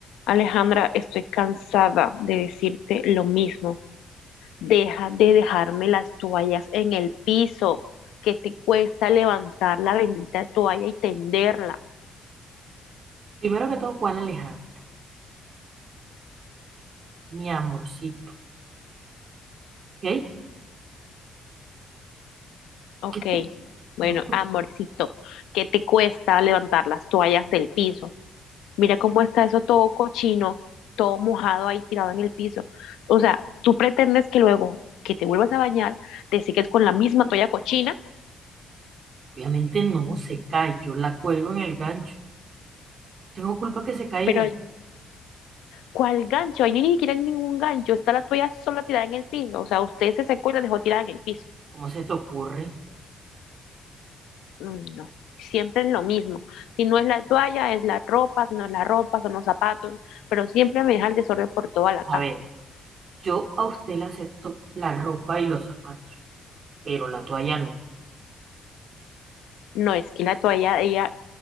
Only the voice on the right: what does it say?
Primero que todo, ¿cuál Alejandra? Mi amorcito, ¿ok?
¿Qué te-
no,
obviamente no se cae, yo la cuelgo en el gancho. Tengo culpa que se caiga.
¿Cómo se te ocurre?
A
ver, yo a usted le acepto la ropa y los zapatos, pero la toalla no.